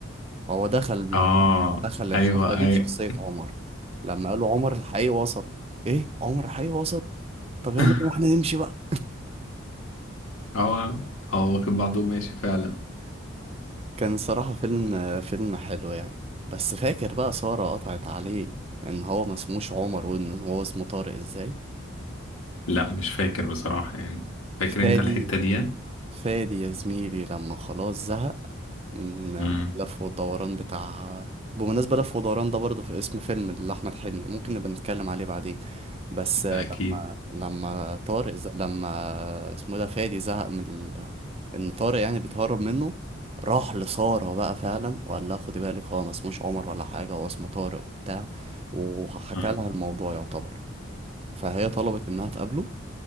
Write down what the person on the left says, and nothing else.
اه
ايوه ايوه
<laughs>
هو هو واخد بعضه وماشي فعلا
لا مش فاكر بصراحة يعني فاكر
انت الحتة ديت
مم.
ده اكيد
مم.